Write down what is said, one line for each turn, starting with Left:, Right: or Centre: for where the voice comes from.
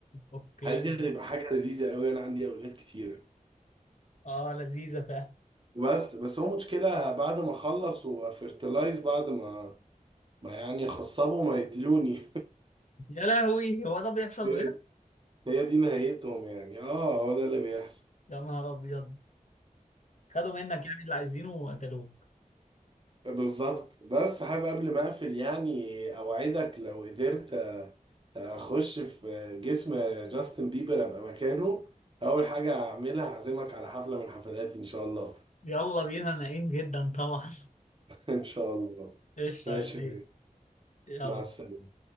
Left: اوكي
Right: حاسس دي هتبقى حاجه لذيذه قوي انا عندي اولاد كتير
Left: اه لذيذه فعلا
Right: بس بس هو مشكله بعد ما اخلص وافرتلايز بعد ما ما يعني خصبوا ما يقتلوني
Left: يا لهوي هو ده بيحصل
Right: <laughs> هي
Left: بجد
Right: هي دي نهايتهم يعني اه هو ده اللي بيحصل
Left: يا نهار ابيض خدوا منك يعني اللي عايزينه وقتلوك
Right: بالظبط بس حابب قبل ما اقفل يعني اوعدك لو قدرت اخش في جسم جاستن بيبر ابقى مكانه اول حاجه هعملها هعزمك على حفله من حفلاتي ان شاء الله
Left: يلا بينا ناقين جدا طبعا
Right: <laughs> ان شاء الله
Left: <laughs> قشطة
Right: ماشي
Left: يا لؤي.
Right: يا بيه.
Left: يلا
Right: مع السلامه